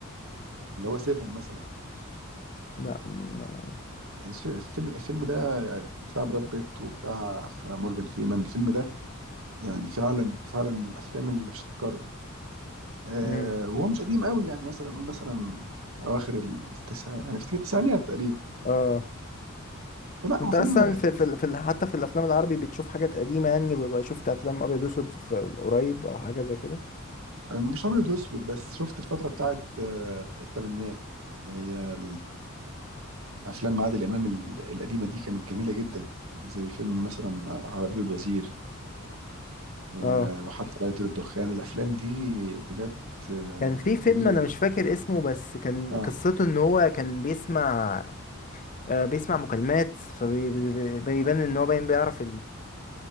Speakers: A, on the right; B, on the left.
A: اللي هو سيفن مثلا
B: لا ما-
A: الف- الفيلم الفيلم ده بتاع براد بيت وبتاع مورجان فريمان الفيلم ده يعني فعلا فعلا من الافلام اللي مش هتتكرر آه،
B: مم.
A: وهو مش قديم قوي يعني مثلا نقول مثلا اواخر التسع يعني في التسعينات تقريبا
B: اه
A: لا
B: انت
A: هو فيلم
B: اصلا في في ال- في ال- حتى في الافلام العربي بتشوف حاجات قديمه يعني بيبقى شفت افلام ابيض واسود في قريب او حاجه زي كده
A: مش ابيض واسود بس شفت الفتره بتاعت آه، الثمانينات اللي هي افلام عادل امام ال- القديمه دي كانت جميله جدا زي فيلم مثلا على باب الوزير و-
B: اه
A: وحتى لا يطير الدخان الافلام دي بجد آه،
B: كان في فيلم
A: جميله
B: انا
A: جدا
B: مش فاكر اسمه بس كان
A: اه
B: قصته ان هو كان بيسمع آه، بيسمع مكالمات فبيبان ان هو باين بيعرف